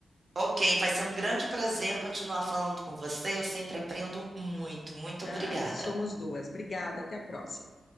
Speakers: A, on the right; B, on the left.
A: ok, vai ser um grande prazer continuar falando com você. Eu sempre aprendo muito. Muito
B: Ah,
A: obrigada.
B: somos duas. Obrigada, até a próxima.